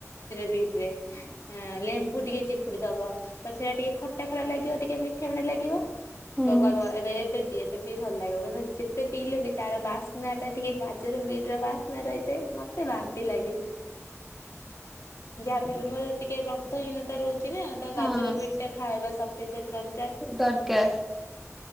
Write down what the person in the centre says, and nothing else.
ହୁଁ।
ହଁ
ଦରକାର